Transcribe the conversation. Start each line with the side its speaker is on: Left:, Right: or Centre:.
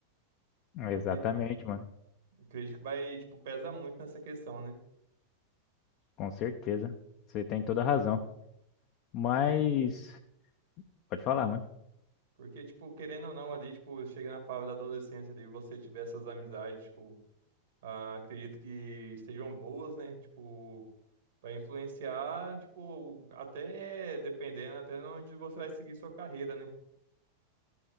Left: Exatamente,
Right: Eu acre-
Left: mano.
Right: Acredito que vai, tipo, pesa muito nessa questão, né?
Left: Com certeza. Você tem toda a razão. Mas.
Right: Porque,
Left: Pode falar, mano.
Right: porque, tipo, querendo ou não, ali, tipo, chega na fase da adolescência ali, você tiver essas amizades, tipo. Ah, acredito que estejam boas, né? Tipo, vai influenciar, tipo, até dependendo, até onde você vai seguir sua carreira, né?